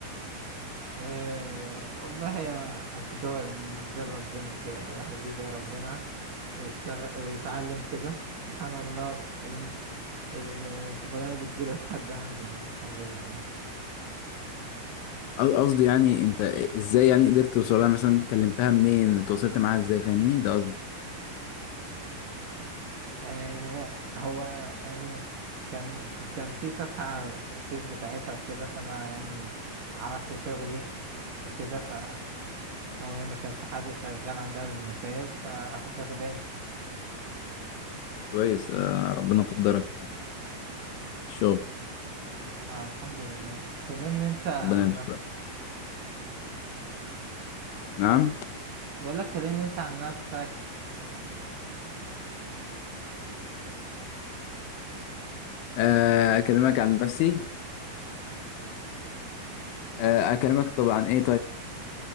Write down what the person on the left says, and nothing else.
قص- قصدي يعني أنت إزاي يعني قدرت توصل لها مثلا كلمتها منين اتواصلت معاها إزاي فاهمني ده قصدي
كويس آه ربنا قدرك الشغل
ربنا يمشي
بقى نعم
آه أكلمك عن نفسي آه أكلمك طبعا إيه